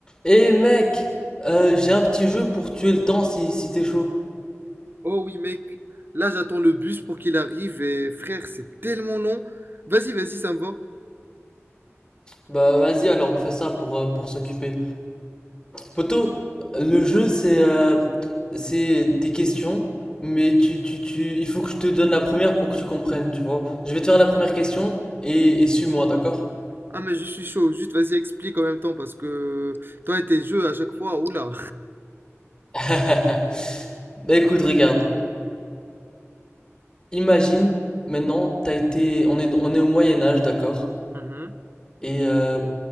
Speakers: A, on the left (about 20°); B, on the right (about 45°).
A: Eh mec, euh, j'ai un petit jeu pour tuer le temps si, si t'es chaud.
B: Oh oui mec, là j'attends le bus pour qu'il arrive et frère c'est tellement long. Vas-y, vas-y, ça me va.
A: Bah vas-y alors on fait ça pour, euh, pour s'occuper. Poto, le jeu c'est euh, c'est des questions, mais tu, tu, tu, il faut que je te donne la première pour que tu comprennes, tu vois. Je vais te faire la première question et, et suis-moi, d'accord?
B: Ah mais je suis chaud, juste vas-y explique en même temps parce que toi et tes jeux à chaque fois, oula.
A: <laughs> Bah écoute, regarde. Imagine, maintenant, t'as été, on est, on est au Moyen Âge, d'accord?
B: Mhm,
A: Et euh,